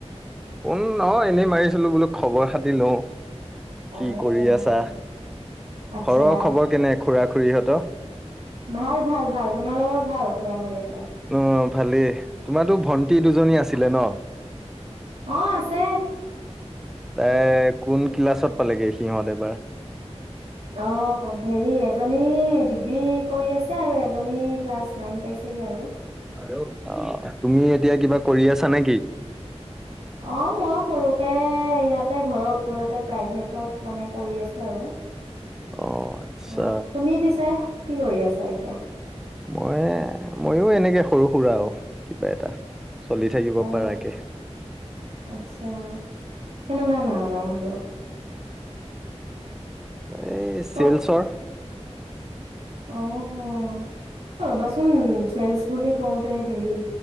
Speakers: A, in the centre; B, on the right.
A: ফোন নহয় এনেই মাৰিছিলো বোলো খবৰ খাতি লওঁ।
B: অ',
A: কি কৰি আছা?
B: আচ্ছা
A: ঘৰৰ খবৰ কেনে খুৰা খুৰীহঁত?
B: ভাল, ভাল, ভাল তোমাৰ লগৰ ভাল খুৰা খুৰীহতঁ? টা
A: অ ভালেই। তোমাটো ভণ্টি দুজনী আছিলে ন'?
B: অ', আছে।
A: তাই কোন ক্লাছত পালেগে সিহঁত এইবাৰ?
B: অ', ধেৰি এজনী ডিগ্ৰী কৰি আছে আৰু এ এজনী ক্লাছ নাইন পাইছেগে আৰু।
A: হেল্ল' অ', তুমি এতিয়া কিবা কৰি আছা নেকি?
B: অ', মই সৰু এ, ইয়াতে ঘৰৰ ওচৰতে প্ৰাইভেটত মানে কৰি আছো আৰু।
A: অ' আচ্ছা
B: অ', তুমি পিছে? কি কৰি আছা এতিয়া?
A: মই, ময়ো এনেকে সৰু-সুৰা আৰু কিবা এটাহ। চলি থাকিব
B: অ
A: পাৰাকে।
B: আচ্ছা কেনেকুৱা ধৰণৰ হ'লেও?
A: এই
B: ক'ত
A: চেলচৰ।
B: অ', অ, ৰ'বাচোন চেলচ বুলি কওঁতে হেৰি